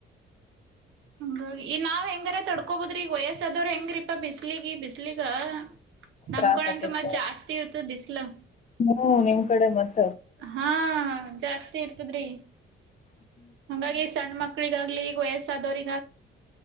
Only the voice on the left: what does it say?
ತ್ರಾಸ್ ಆಕ್ಕೇತ್ರಿ
ಹ್ಮ್ ನಿಮ್ ಕಡೆ ಮತ್.